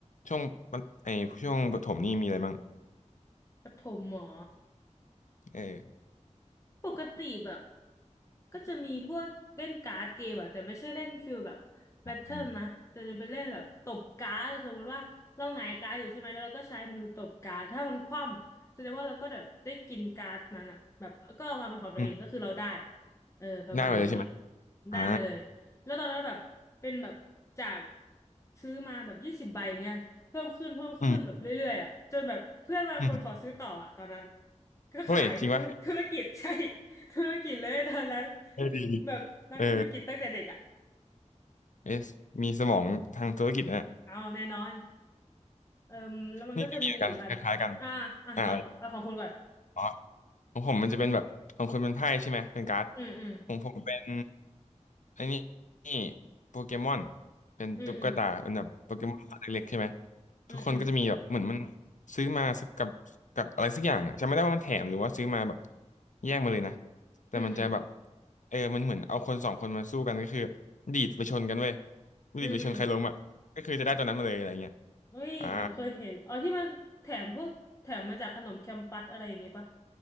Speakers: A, on the left; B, on the left.
A: ช่วงมันไอช่วงประถมนี่มีอะไรบ้าง
B: ปฐมหมอ
A: เออ
B: ปกติแบบ ก็จะมีพวกเล่นการ์ดเกมอะแต่ไม่ใช่เล่นฟิลแบบแบทเทิลนะแต่จะเป็นเล่นแบบตบการ์ดสมมติว่าเราหงายการ์ดอยู่ใช่ไหมแล้วเราก็ใช้มือตบการ์ดถ้ามันคว่ำอะแสดงว่าเราก็แบบได้กินการ์ดนั้นอะแบบก็เอามาเป็นของตัวเองก็คือเราได้
A: อืมอืม
B: เออประมาณนี้
A: ได้ไปเลยใช่ไหม
B: ได้มาเลยแล้วตอนนั้นแบบเป็นแบบจาก
A: อ่า
B: ซื้อมาแบบยี่สิบใบเงี้ยเพิ่มขึ้นเพิ่มขึ้นแบบเรื่อยๆอะจนแบบเพื่อนบางคนขอซื้อต่ออะตอนนั้น
A: อืมอืม
B: ก็ขายธุรธุรกิจใช่
A: เฮ้ยจริงปะ
B: ธุรกิจเลยตอนนั้น
A: เออดีดี
B: แบบนักธุรกิจตั้งแต่เด็กอ่ะ
A: เออเอะมีสมองทางธุรกิจนะ
B: เอาแน่นอนเอิ่มแล้วมันก็จะมีอีกอันอ่าอ่ะลองเอาของคุณก่อน
A: นี่ก็มีเหมือนกันคล้ายๆกันอ่าอ๋อของผมมันจะเป็นแบบของคุณเป็นไพ่ใช่ไหมเป็นการ์ด
B: อืมอืม
A: ของผมเป็นไอ้นี่นี่โปเกมอนเป็นตุ๊กตาเป็นแบบโปเกมอนตัวเล็กๆใช่ไหม
B: อืมอืมอืมอืม
A: ทุกคนก็จะมีแบบเหมือนมันซื้อมาสักกับกับอะไรสักอย่างอ่ะจำไม่ได้ว่ามันแถมหรือว่าซื้อมาแบบแยกมาเลยนะแต่มันจะแบบ
B: อืมอืม
A: เออมันเหมือนเอาคนสองคนมาสู้กันก็คือดีดไปชนกันเว้ย
B: อืมอืม
A: ดีดไปชนใครล้มอ่ะก็คือจะได้ตัวนั้นมาเลยอะไรเงี้ย
B: เฮ้ยเหมันเคยเห็นอ๋อที่มันแถมพวกแถมมาจากขนมแคมปัสอะไรอย่างงี้ปะ
A: อ่า